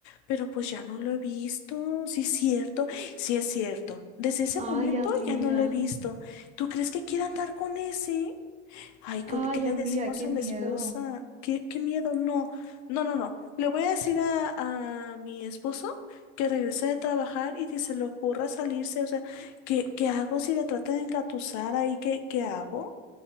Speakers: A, on the left (about 55°); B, on the right (about 20°).
A: pero pues ya no lo he visto. Sí es cierto, sí es cierto. Desde ese momento
B: Ay, amiga.
A: ya no lo he visto. ¿Tú crees que quiera andar con ese? Ay, ¿qué,
B: Ay,
A: le qué le
B: amiga,
A: decimos
B: qué
A: a la
B: miedo.
A: esposa? ¿Qué, qué miedo? No, no, no, no. Le voy a decir a, a mi esposo que regrese de trabajar y que se le ocurra salirse. O sea, ¿qué, qué hago si le trata de engatusar ahí? ¿Qué, qué hago?